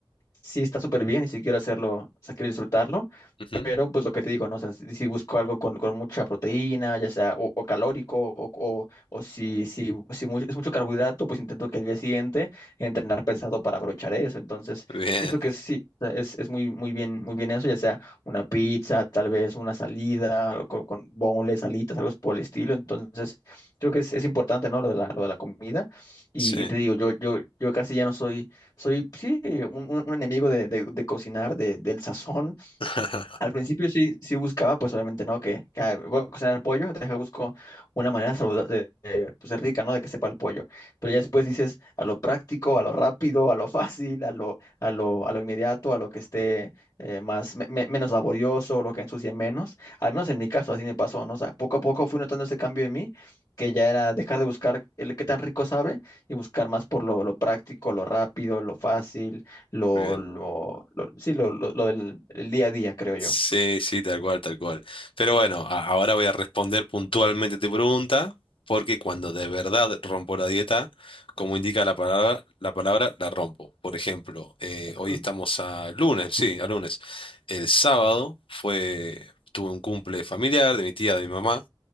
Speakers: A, on the left; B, on the left.
A: sí está súper bien y si quiero hacerlo, o sea, quiero disfrutarlo,
B: ujú,
A: pero pues lo que te digo, ¿no? O sea, si, si busco algo con, con mucha proteína, ya sea o, o calórico, o, o, o si, si, si mu- es mucho carbohidrato, pues intento que el día siguiente entrenar pesado para aprovechar eso. Entonces,
B: Bien.
A: siento que sí, o sea, es, es muy, muy bien, muy bien eso, ya sea una pizza, tal vez una salida, con, con boneless, alitas, algo por el estilo. Entonces, creo que es, es importante, ¿no? Lo de la, lo de la comida. Y,
B: Sí.
A: y te digo, yo, yo, yo casi ya no soy soy, sí, un, un- un enemigo de, de- de cocinar, de- del sazón,
B: <laughs>
A: al principio sí, sí buscaba, pues obviamente no, que, que ah, voy a cocinar el pollo, deja busco una manera saludable, pues de rica, ¿no? De que sepa el pollo. Pero ya después dices a lo práctico, a lo rápido, a lo fácil, a lo, a lo, a lo inmediato, a lo que esté eh, más, me- me- menos laborioso, lo que ensucie menos. Al menos en mi caso así me pasó, ¿no? O sea, poco a poco fui notando ese cambio en mí, que ya era dejar de buscar el qué tan rico sabe y buscar más por lo, lo práctico, lo rápido, lo fácil lo,
B: Muy bien.
A: lo, lo- sí, lo, lo- lo del el día a día, creo yo.
B: Sí, sí, tal cual, tal cual. Pero bueno, a- ahora voy a responder puntualmente tu pregunta, porque cuando de verdad rompo la dieta, como indica la palabra, la palabra, la rompo. Por ejemplo, eh, hoy
A: Mm.
B: estamos a lunes, sí, a lunes. El sábado fue, tuve un cumple familiar de mi tía, de mi mamá.